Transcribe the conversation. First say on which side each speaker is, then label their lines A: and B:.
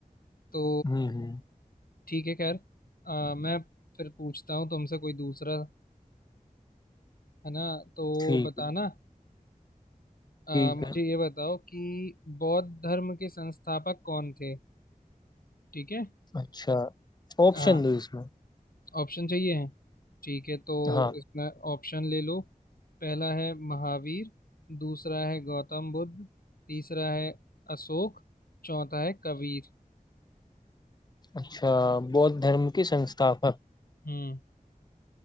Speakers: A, on the left (about 80°); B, on the left (about 30°).
A: तो
B: हम्म हम्म,
A: ठीक है खैर अ, मैं फिर पूछता हूँ तुमसे कोई दूसरा है ना तो
B: ठीक
A: बताना
B: है
A: अ,
B: ठीक
A: मुझे
B: है
A: ये बताओ कि बौद्ध धर्म के संस्थापक कौन थे ठीक है
B: अच्छा ऑप्शन
A: हाँ
B: दो इसमें
A: ऑप्शन चाहिए है ठीक है तो
B: हाँ
A: इसमें ऑप्शन ले लो पहला है महावीर दूसरा है गौतम बुद्ध तीसरा है अशोक चौथा है कबीर
B: अच्छा बौद्ध धर्म के संस्थापक
A: हम्म